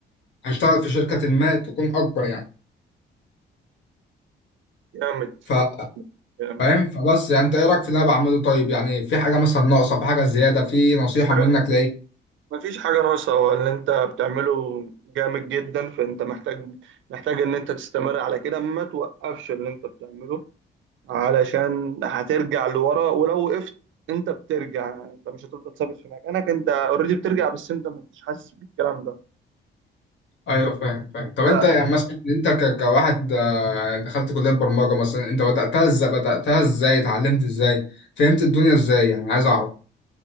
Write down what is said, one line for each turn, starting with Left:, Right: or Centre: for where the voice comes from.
Left: هشتغل في شركة ما تكون اكبر يعني
Right: جامد
Left: ف-
Right: جامد
Left: فاهم فبس يعني انت ايه رايك في اللي انا بعمله طيب يعني في حاجة مثلا ناقصة في حاجة زيادة في نصيحة
Right: حاجة-
Left: منك لايه
Right: مفيش حاجة ناقصة هو اللي أنت بتعمله جامد جدا فأنت محتاج محتاج إن أنت تستمر على كده ما توقفش اللي أنت بتعمله علشان هترجع لورا ولو وقفت انت بترجع انت مش هتفضل ثابت في مكانك انت اوريدي بترجع بس انت ما انتش حاسس بالكلام ده
Left: ايوه فاهم فاهم
Right: ف-
Left: طب انت يعني مثلا انت ك- كواحد آه، دخلت كلية برمجة مثلا انت بدأتها ازاي بدأتها ازاي اتعلمت ازاي فهمت الدنيا ازاي يعني عايز اعرف